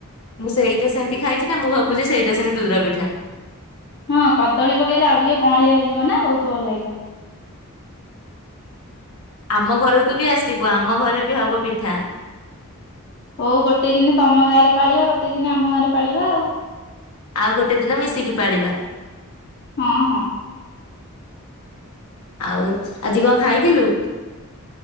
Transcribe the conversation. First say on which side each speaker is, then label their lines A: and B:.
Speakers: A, on the left; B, on the left.
A: ମୁଁ ସେଇଟା ସେମିତି ଖାଇଛି ନା ମୁଁ ଭାବୁଛି ସେଇଟା ସେମିତି ଦୁଦୁରା ପିଠା।
B: ହଁ କଦଳୀ ପକେଇଲେ ଆଉ ଟିକେ କଅଁଳିଆ ହେଇଯିବ ନା ବହୁତ ଭଲ ଲାଗିବ।
A: ଆମ ଘରକୁ ବି ଆସିବୁ ଆମ ଘରେ ବି ହବ ପିଠା।
B: ହଉ ଗୋଟେ ଦିନ ତମ ଗାଁରେ ପାଳିବା ଗୋଟେ ଦିନ ଆମ ଗାଁରେ ପାଳିବା ଆଉ।
A: ଆଉ ଗୋଟେ ଦିନ ମିଶିକି ପାଳିବା।
B: ହଁ ହଁ।
A: ଆଉ ଆଜି କଣ ଖାଇଥିଲୁ?